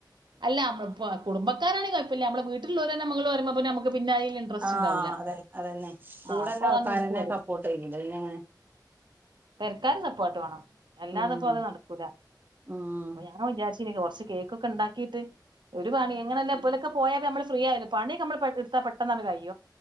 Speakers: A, on the right; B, on the right.
A: അല്ലമ്മ കുടുംക്കാരാണ് കുഴപ്പില്ല നമ്മുടെ വീട്ടിൽുള്ള നമ്മൾ വ നമുക്ക് പിന്നായിൽ ഇൻട്രസ്റ്റ്
B: ആഹ്
A: ഉണ്ടാവില്ല
B: അതെ അതന്നെ കൂടെള്ള
A: ആ അപ്പൊ അതാന്ന്
B: ആൾക്കാരെന്നെ
A: നത്
B: സപ്പോർട്ട് ചെയ്യൂല പിന്നെങ്ങനെ
A: പെരക്കാരും സപ്പോർട്ട് വേണം അല്ലാതെപ്പോ
B: ഉം
A: അത് നടക്കൂല
B: ഉം
A: ഞാൻ വിചാരിച്ചി കുറച്ച ക്ക കന്തണ്ട ഒരു പണി എങ്ങനെല്ല ഇപ്പോലൊക്കെ പോയാ നമ്മള് ഫ്രീ ആയല്ല പണിമ്മ എടുാ പെട്ടെന്നാണ് കാര്യം